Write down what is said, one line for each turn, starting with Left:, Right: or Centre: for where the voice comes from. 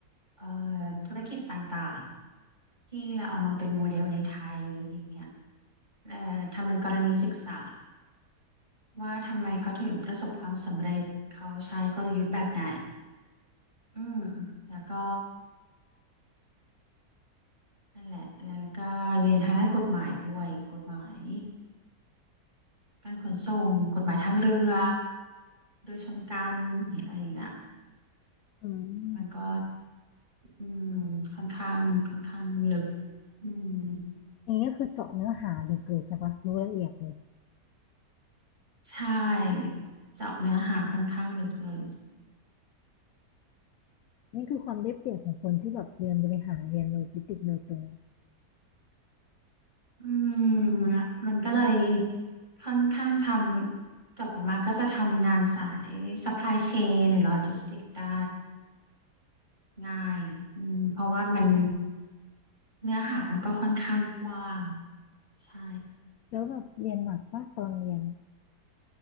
Right: เอ่อธุรกิจต่างๆ ที่เราเอามาเป็นโมเดลในไทยอย่างเงี้ยเอ่อทำเป็นกรณีศึกษาว่าทำไมเขาถึงประสบความสำเร็จเขาใช้กลยุทธ์แบบไหนอืมแล้วก็นั่นแหละแล้วก็เรียนทางด้านกฎหมายด้วยกฎหมายการขนส่งกฎหมายทางเรือเรือชนกันเนี่ยอะไรอย่างเงี้ย
Left: อืม
Right: มันก็อืมค่อนข้างค่อนข้างลึกอืม
Left: อย่างนี้ก็คือเจาะเนื้อหาลึกเลยใช่ปะรู้ละเอียดเลย
Right: ใช่เจาะเนื้อหาค่อนข้างลึกเลย
Left: นี่คือความได้เปรียบของคนที่แบบเรียนบริหารเรียนโลจิสติกส์โดยตรง
Right: อืมมันก็เลยค่อนข้างทำจบออกมาก็จะทำงานสาย supply chain หรือ logistics ได้ง่ายอืมเพราะว่ามันเนื้อหามันก็ค่อนข้างกว้างใช่
Left: แล้วแบบเรียนหนักปะตอนเรียนอะ